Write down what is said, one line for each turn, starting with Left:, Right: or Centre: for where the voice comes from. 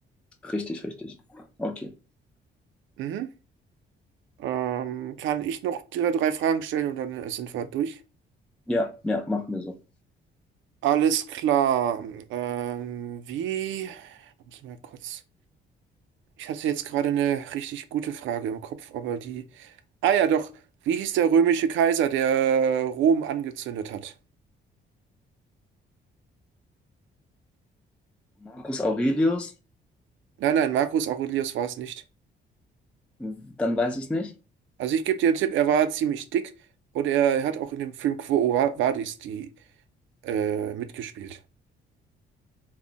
Centre: Richtig, richtig. Okay.
Right: Mhm. Ähm, kann ich noch drei, drei Fragen stellen und dann äh, sind wir durch?
Centre: Ja, ja, machen wir so.
Right: Alles klar. Ähm, wie? Muss ich mal kurz. Ich hatte jetzt gerade eine richtig gute Frage im Kopf, aber die. Ah ja, doch. Wie hieß der römische Kaiser, der Rom angezündet hat?
Centre: Marcus Aurelius,
Right: Nein, nein, Marcus Aurelius war es nicht.
Centre: dann weiß ich es nicht.
Right: Also ich gebe dir einen Tipp, er war ziemlich dick und er hat auch in dem Film Quo Va- Vadis die äh, mitgespielt.